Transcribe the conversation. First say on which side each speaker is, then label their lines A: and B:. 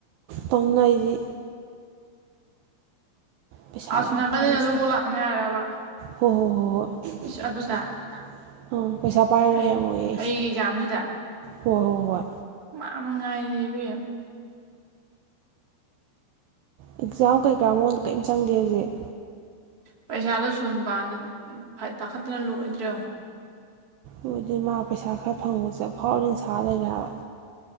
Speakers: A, on the right; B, on the right.
A: ꯇꯧꯅ ꯑꯩꯗꯤ ꯄꯩꯁꯥ
B: ꯑꯁ
A: ꯌꯥꯝ
B: ꯅꯥꯀꯟꯗ
A: ꯄꯥꯏꯕꯁꯤꯗ
B: ꯑꯗꯨꯐꯥꯎ ꯂꯥꯛꯅꯤ ꯍꯥꯏꯔꯦꯔꯕ
A: ꯍꯣꯏ ꯍꯣꯏ ꯍꯣꯏ ꯍꯣꯏ
B: ꯏꯁꯁ ꯑꯗꯨꯗ
A: ꯄꯩꯁꯥ ꯑꯥ ꯄꯩꯁꯥ ꯄꯥꯏꯔ
B: ꯍꯌꯦ
A: ꯂꯩꯔꯝꯃꯣꯏꯌꯦ ꯑꯩꯁꯦ
B: ꯍꯌꯦꯡ ꯑꯦꯛꯖꯥꯝꯁꯤꯗ
A: ꯍꯣꯏ ꯍꯣꯏ ꯍꯣꯏ
B: ꯌꯥꯝ ꯑꯃ ꯉꯥꯏꯔꯤꯦꯕꯦꯝ
A: ꯑꯦꯛꯖꯥꯝ ꯀꯩꯀꯔꯥ ꯃꯉꯣꯟꯗ ꯀꯔꯤꯝ ꯆꯪꯗꯦ ꯍꯧꯖꯤꯛ
B: ꯄꯩꯁꯥꯗꯣ ꯁꯣꯏꯕꯗ ꯇꯥꯈꯠꯇꯅ ꯂꯣꯏꯗ꯭ꯔꯣ
A: ꯑꯗꯨꯗꯤ ꯃꯥ ꯄꯩꯁꯥ ꯈꯔ ꯐꯪꯕꯁꯨꯦꯐꯥꯎꯔ ꯟꯁꯥ ꯂꯩꯔꯦ ꯍꯥꯏꯕ